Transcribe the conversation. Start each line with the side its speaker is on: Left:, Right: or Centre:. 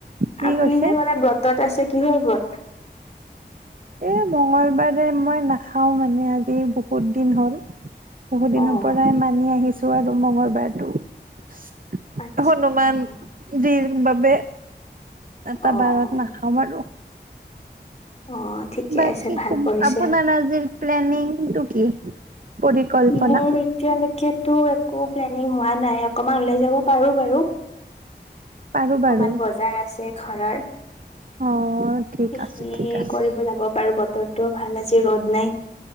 Right: কি
Left: আপুনি
Right: কৈছে
Left: যে কলে ব্ৰতত আছে কি হয় বত
Right: এ মঙলবাৰে মই নাখাও মানে আজি বহুত দিন হ'ল। বহু দিনৰ
Left: অ',
Right: পৰাই মানি আহিছো যোৱা মংগল বাৰটো
Left: আচ্ছা
Right: হনুমান
Left: আচ্ছা অ',
Right: জিৰ বাবে এটা
Left: অ',
Right: বাৰত
Left: অ',
Right: নাখাম আৰু।
Left: অ', ঠিকে
Right: বাকি
Left: আছে ভাল
Right: ক
Left: কৰিছে।
Right: আপোনাৰ আজিৰ প্লেনিঙটো কি? পৰিকল্পনা
Left: মোৰ এতিয়ালৈকেটো একো প্লেনিং হোৱা নাই অকমান ওলাই যাব বাৰু বাৰু
Right: পাৰো
Left: অকমান
Right: বাৰু
Left: বজাৰ আছে ঘৰৰ।
Right: অ ঠিক
Left: সেইখিনি
Right: আছে ঠিক আছে
Left: কৰিব যাব পাৰো বতৰটো ভাল আজি ৰ'দ নাই।